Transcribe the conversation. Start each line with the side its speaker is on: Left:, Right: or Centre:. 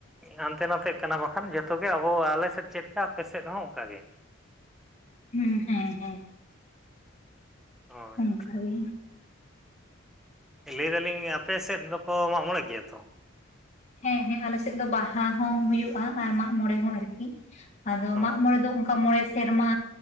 Centre: ᱦᱟᱱᱛᱮ ᱱᱟᱛᱮᱜ ᱠᱟᱱᱟ ᱵᱟᱠᱷᱟᱱ ᱡᱚᱛᱚ ᱜᱮ ᱟᱵᱚ ᱟᱞᱮᱥᱮᱫ ᱪᱮᱫ ᱠᱟ ᱟᱯᱮᱥᱮᱫ ᱦᱚᱸ ᱚᱱᱠᱟᱟᱜ ᱜᱮ᱾
Left: ᱦᱩᱸᱻ ᱦᱮᱸᱻ ᱦᱮᱸᱻ᱾
Centre: ᱦᱳᱭ
Left: ᱚᱱᱠᱟ ᱜᱮ
Centre: ᱞᱟᱹᱭ ᱫᱟᱞᱤᱧ ᱟᱯᱮ ᱥᱮᱫ ᱫᱚᱠᱚ ᱢᱟᱜ ᱢᱚᱬᱮ ᱜᱮᱭᱟ ᱛᱚ?
Left: ᱦᱮᱸᱻ ᱦᱮᱸᱻ᱾ ᱟᱞᱮ ᱥᱮᱫ ᱫᱚ ᱵᱟᱦᱟ ᱦᱚᱸ ᱦᱩᱭᱩᱜᱼᱟ ᱟᱨ ᱢᱟᱜ ᱢᱚᱬᱮ ᱦᱚᱸ ᱟᱨᱠᱤ ᱟᱫᱚ
Centre: ᱚ
Left: ᱢᱟᱜ ᱢᱚᱲᱮ ᱫᱚ ᱚᱱᱠᱟ ᱢᱚᱬᱮ ᱥᱮᱨᱢᱟ᱾